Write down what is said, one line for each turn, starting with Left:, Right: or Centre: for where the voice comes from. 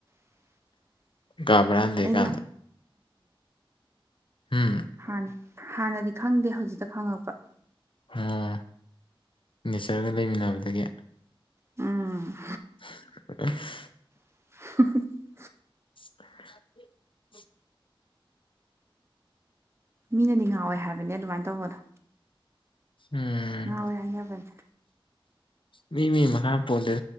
Right: <unintelligible>
Left: ꯀꯥꯕꯔꯗ
Right: ꯑꯩꯗꯤ
Left: ꯀꯥꯟꯗ ꯎꯝ
Right: ꯥꯟ ꯍꯥꯟꯅꯗꯤ ꯈꯪꯗꯦ ꯍꯧꯖꯤꯛꯇ ꯈꯪꯉꯛꯄ
Left: ꯑꯣ ꯅꯦꯆꯔꯒ ꯂꯩꯃꯤꯟꯅꯕꯗꯒꯤ
Right: ꯎꯝ
Left: <unintelligible>
Right: <unintelligible>
Left: <unintelligible>
Right: ꯃꯤꯅꯗꯤ ꯉꯥꯎꯋꯦ ꯍꯥꯏꯕꯅꯦ ꯑꯗꯨꯃꯥꯏꯅ ꯇꯧꯕꯗꯣ
Left: ꯎꯝ
Right: ꯍ ꯍꯥꯏꯅꯕꯅꯦ
Left: ꯃꯤ ꯃꯤ ꯃꯈꯥ ꯄꯣꯜꯂꯤꯦ